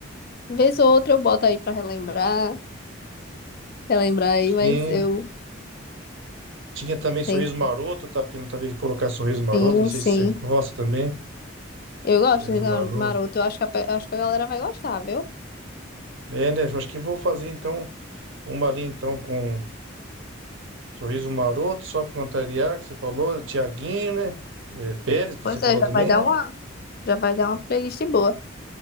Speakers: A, on the left (about 45°); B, on the right (about 70°).
A: Vez ou outra eu boto aí pra relembrar, relembrar aí,
B: Sim.
A: mas eu
B: Tinha também Sorriso
A: tenho.
B: Maroto, eu tava querendo talvez colocar Sorriso Maroto,
A: Sim,
B: não sei
A: sim.
B: se você gosta também.
A: Eu
B: Sorriso
A: gosto de Ricardo
B: Maroto.
A: Maroto. Eu acho que a, pe- acho que a galera vai gostar, viu?
B: É, né? Eu acho que vou fazer então uma ali então com Sorriso Maroto, só para contrariar, que você falou, Tiaguinho, né? É, Pérez, que
A: Pois
B: você falou
A: é, já
B: também,
A: vai dar
B: né?
A: uma, já vai dar uma playlist boa.